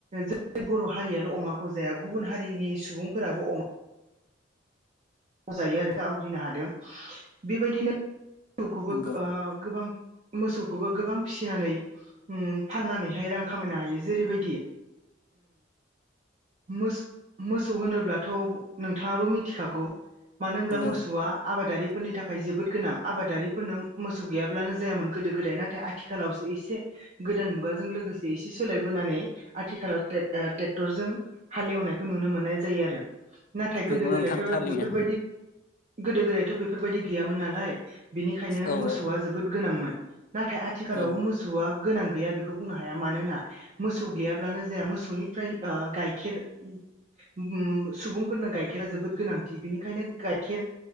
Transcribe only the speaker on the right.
जेरै बर' हारियाल' अमाखौ जाया गुबुन हारिनि सुबुंफोराबो अमा खौ जायो आरो दा आवग्रिनो हादों बेबायदिनो खौबो
ओ गोबां मोसौखौबो गोबां फिसिनानै उम फाननानैहाय रां खामायनो हायो जेरैबायदि मोस मोसौ होनोब्लाथ' नोंथाङाबो मिथिखागौ मानो होनब्ला
मोसौआ आबादारि फोरनि थाखाय जोबोद गोनां आबादारिफोरनो मोसौ गैयाब्लानो जायामोन गोदो गोदाय नाथाय आथिखालावसो एसे गोदान मुगाजों लोगोसे एसे सोलायबोनानै आथिखालाव ट्रेक्ट- ओ ट्रेक्टरजों हालेवनायखौ नुनो मोननाय जायो आरो नाथाय गोदो
गोदायथ'
बेफोरबायदि गोदो गोदायथ' बेफोरबायदि गैयामोन नालाय बेनिखायनो
मोसौआ
जोब जोबोद गोनांमोन नाथाय आथिखालावबो
मोसौ मोसौआ गोनां गैया बेखौ बुंनो हाया मानोना मोसौ गैयाब्लानो जाया मोसौनिफ्राय ओ गाय खेर उम सुबुंफोरनो गाइखेरा जोबोद गोनांथि बिनिखायनो गाइखेर